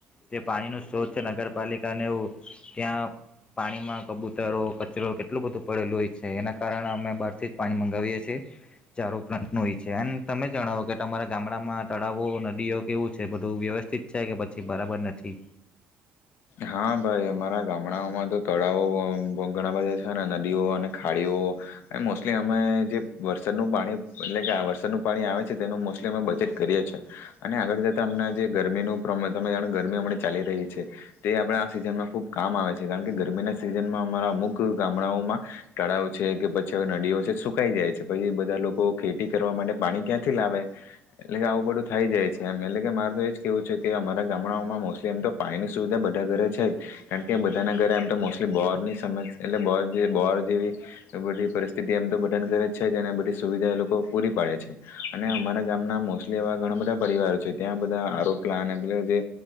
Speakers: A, on the left; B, on the left.
A: જે પાણી નું સ્ોત છે નગરપાલિકાને એવું ત્યાં પાણીમાં કબૂતરો કચરો કેટલું બધું પડેલું હોય છે એના કારણે અમે બહારથી જ એપ પાણી મગાવીએ છીએ ચારો પ્લાન્ટ ન હોય છે અને તમે જણાવો કે તમારા ગામડામાં તળાવો નદીઓ કેવું છે બધું વ્યવસ્થિત છે કે પછી બરાબર નથી
B: હા ભાઈ અમારા ગામડાઓમાં તો તળાવો ઘણા બધા છે ને નદીઓ અને ખાડીઓ અને મોસ્ટલી અમે જે વરસાદનું પાણી એટલે કે વરસાદનું પાણી આવે છે તેનું મોસ્ટલી અમે બચેત કરીએ છીએ અને આગળ જતાં હમં જે ગરમીનું અમે જાણે ગરમી અમં ચાલી રહી છે તે આપણે આ સિઝનમાં ખૂબ કામ આવે છે કારણ કે ગરમીના સિઝનમાં અમારા અમુક ગામડાઓમાં તળાવ છે કે પછી હવે નદીઓ છે સુકાઈ જાય છે પછી બધા લોકો ખેતી કરવા માટે પાણી ક્યાંથી લાવે એટલે કે આવું બધું થઈ જાય છે એમ એટલે કે મારે તો એ જ કેહેવું છે કે અમારા ગામડાઓમાં મોસ્ટલી એમ તો પાણીની સુવિધા બ બધા ઘરે છે જ કારણ કે બધાના ઘરે એમ તો મોસ્ટલી બોહરની સમસ્યા એટલે બ બોર જેવી બધી પરિસ્થિતિ એમ તો બધાના ઘરે છે જ અને બધી સુવિધા એ લોકો પૂરી પાડે છે અને અમારા ગામના મોસ્ટલી એવા ઘણા બધા પરિવારો છે ત્યાં બધા આરો પ્લાન એટલે જે